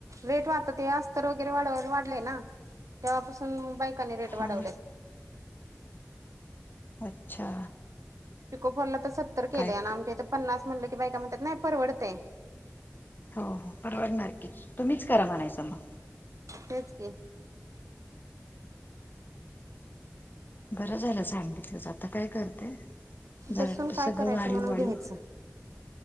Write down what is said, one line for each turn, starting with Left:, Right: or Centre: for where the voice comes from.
Right: रेट वाढतात अस्तर वगैरे वाढलेय ना, तेव्हापासून बायकांनी रेट.
Left: हा
Right: <unintelligible> वाढवलेत.
Left: अच्छा.
Right: पिको फॉल तर सत्तर केलेय,
Left: काय
Right: आणि आमच्या इथं पन्नास म्हटलं की बायका म्हणत्यात नाय परवडतेय.
Left: हो हो. परवडणार की तुम्हीच, करा म्हणायचं मग.
Right: तेच की.
Left: बर झालं सांगितलंस, आता काय करते. जरा
Right: बसून
Left: आता,
Right: काय
Left: सगळं
Right: करायचं
Left: वाढीव
Right: म्हणून
Left: वाढीव.
Right: घ्यायचं